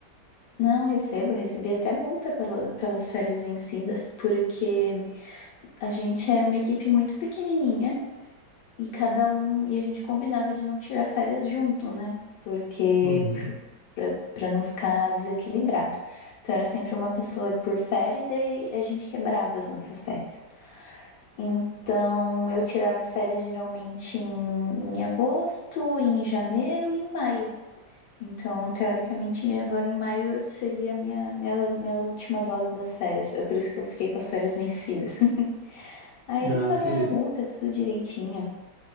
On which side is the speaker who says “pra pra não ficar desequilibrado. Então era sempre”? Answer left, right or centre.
Left